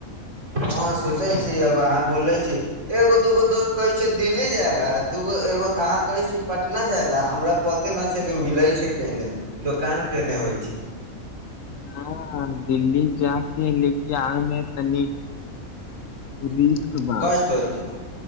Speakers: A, on the right; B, on the left.
A: हँ सुने छी अब अहाँ बोले छी एगो दूगो दोस्त कहे छिय दिल्ली जाय ल दूगो एगो अहाँ कहे छी पटना जाय ला हमरा पते न छै के मिले छै केने दोकान केने होतय हो छै
B: न दिल्ली जा कि ल आमे तनी र बा
A: कष्ट होइ छै